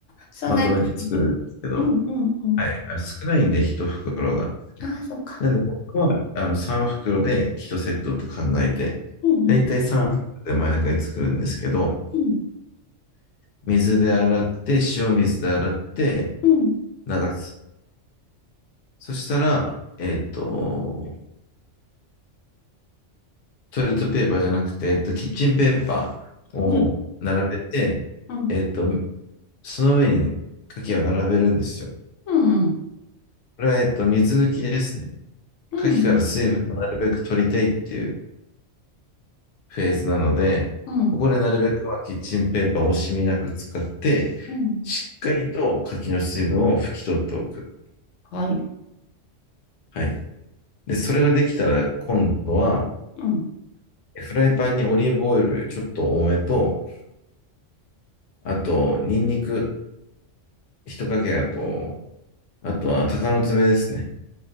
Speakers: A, on the left; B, on the left.
A: そんなにかけてくる。
B: まとめて作るんですけど、
A: うんうんうん。
B: はい、あれ少ないんで、1袋が。
A: ああ、そっか。
B: なんで僕はあの3袋で1セットと考えて、
A: うんうん
B: だいたい3袋で毎回作るんですけど、
A: うん
B: 水で洗って、塩水で洗って
A: うん。
B: 流す。そしたら、えっと、トイレットペーパーじゃなくて、えっと、キッチンペーパーを並べて、
A: <laughs> うん。
B: えっと、その上に牡蠣を並べるんですよ。
A: うんうん、
B: これは、えっと、水抜きですね。
A: うん、
B: 牡蠣から水分をなるべく取りたいっていうフェーズなので、
A: うん、うん、
B: ここでなるべくまあキッチンペーパーを惜しみなく使って、
A: うん
B: しっかりと柿の水分を拭き取っておく。
A: はい、
B: はい。で、それができたら今度は、
A: うん、
B: フライパンにオリーブオイルちょっと多めと、あと、ニンニク一かけだと、あとは鷹の爪ですね。